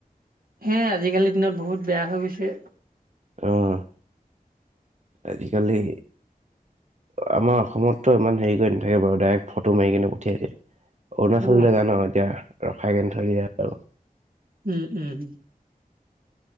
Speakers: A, on the right (about 75°); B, on the right (about 50°).
A: হে, আজিকালিৰ দিনত বহুত বেয়া হৈ গৈছে।
B: আহ, আজিকালি আমাৰ অসমততো ইমান হেৰি কৰি নাথাকে বাৰু ডাইৰেক্ট ফটো মাৰি কিনে পঠিয়াইকে। অৰুণাচল
A: অ
B: জেগা ন, এতিয়া ৰসাই কেন থৰি আৰু।
A: উম, উম, উম।